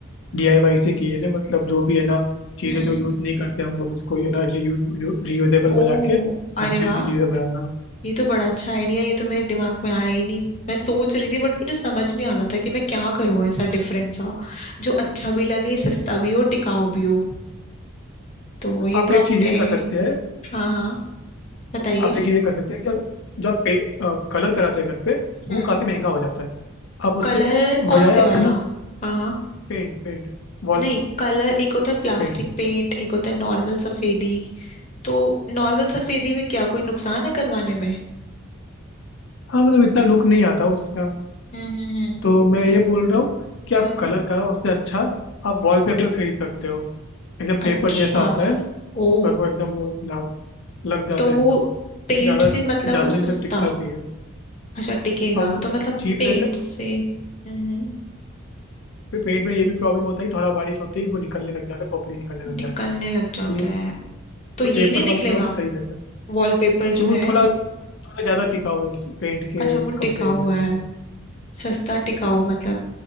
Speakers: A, on the left (about 60°); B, on the left (about 30°).
A: डीआईवाई से किए थे मतलब जो भी है ना चीजें
B: हम्म
A: जो यूज नहीं करते हम लोग उसको है ना रीयूज रीयूजेबल
B: ओ
A: बना के अच्छी
B: अरे
A: अच्छी
B: वाह
A: चीजें बनाना
B: ये तो बड़ा अच्छा आइडिया ये तो मेरे दिमाग में आया ही नहीं मैं सोच रही थी बट मुझे समझ नहीं आ रहा था कि मैं क्या करूं ऐसा डिफरेंट सा जो अच्छा भी लगे सस्ता भी हो टिकाऊ भी हो तो ये
A: आप
B: तो
A: एक
B: आपने
A: चीज ये कर सकते हैं
B: हाँ हाँ बताइए
A: आप एक चीज ये कर सकते हैं कि अगर- जो आप पे, कलर कराते हैं घर पे
B: हम्म
A: वो काफी महंगा हो जाता है आप उसके
B: कलर कौन
A: बजाय
B: से
A: आप
B: वाला
A: है ना
B: हाँ हाँ
A: पेंट पेंट वॉल
B: नहीं कलर एक होता है प्लास्टिक
A: पेंट
B: पेंट एक होता है नॉर्मल सफेदी तो नॉर्मल सफेदी में क्या कोई नुकसान है करवाने में
A: हाँ मतलब इतना लुक नहीं आता उसका
B: हम्म हम्म हम्म
A: तो मैं ये बोल रहा हूँ कि आप
B: हम्म।
A: कलर का उससे अच्छा आप वॉलपेपर खरीद सकते हो एकदम पेपर
B: अच्छा
A: जैसा आता है
B: ओ
A: और वो एकदम वो लग, लग जाता
B: तो वो
A: है एकदम
B: पेंट
A: ज़्यादा
B: से मतलब
A: ज़्यादा
B: वो
A: दिन
B: सस्ता
A: तक टिकता भी है
B: अच्छा टिकेगा
A: और वो
B: तो मतलब
A: चीप
B: पेंट
A: रहता है
B: से हम्म
A: फिर पेंट में ये भी प्रॉब्लम होता है कि थोड़ा बारिश होते ही वो निकलने लग जाता है पपड़ी निकलने लग
B: निकलने
A: जाती है तो
B: लग जाता
A: ये
B: है तो
A: तो
B: ये
A: पेपर
B: नहीं निकलेगा
A: वाला थोड़ा बहुत सही रहता
B: वॉलपेपर
A: है
B: जो
A: वो
B: है
A: थोड़ा थोड़ा ज़्यादा टिकाऊ है उस पेंट के
B: अच्छा वो टिकाऊ
A: कंपेरिजन
B: हुआ है
A: पे
B: सस्ता टिकाऊ मतलब